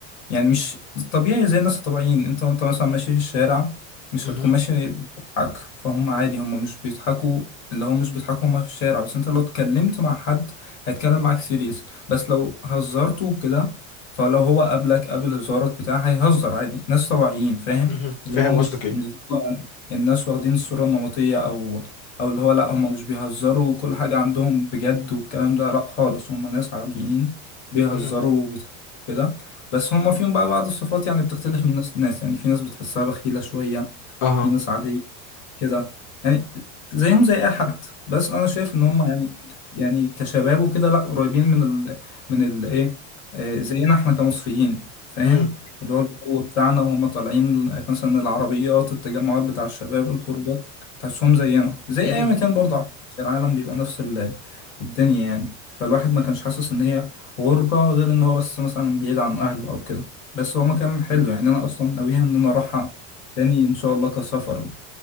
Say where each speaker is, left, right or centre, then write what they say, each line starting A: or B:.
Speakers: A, on the left (about 75°); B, on the left (about 50°).
A: يعني مش طبيعي زي الناس الطبيعيين انت وانت مثلا ماشي في الشارع مش
B: مهم.
A: هتكون ماشي بتضحك فهم عادي هم مش بيضحكوا اللي هو مش بيضحكوا هم في الشارع بس انت لو اتكلمت مع حد هيتكلم معاك سيريس بس لو هزرته كده فلو هو قابلك قابل هزارك بتاع هيهزر عادي ناس طبيعيين فاهم
B: مهم.
A: اللي
B: فاهم
A: هو مش
B: قصدك
A: مش زي بقى الناس واخدين الصورة النمطية او او اللي هو لا هم مش بيهزروا وكل حاجة عندهم بجد والكلام ده لا خالص هم ناس عاديين بيهزروا
B: ايه
A: وبيضحكوا كده بس هم فيهم بقى بعض الصفات يعني بتختلف من ناس لناس يعني في ناس بتحسها بخيلة شوية
B: أها.
A: في ناس عادية كده يعني زيهم زي اي حد بس انا شايف ان هم يعني يعني كشباب وكده لا قريبين من ال من ال ايه آه، زينا احنا كمصريين فاهم
B: إمم.
A: اللي هو الجو بتاعنا وهم طالعين مثلا العربيات التجمعات بتاع الشباب الخروجات تحسهم زينا زي
B: اهم.
A: اي مكان برضه على فكرة في العالم بيبقى نفس ال- الدنيا يعني فالواحد ما كانش حاسس ان هي غربة غير ان هو بس مثلا بعيد عن اهله او كده بس هو مكان حلو يعني انا اصلا ناويها ان انا اروحها تاني ان شاء الله كسفر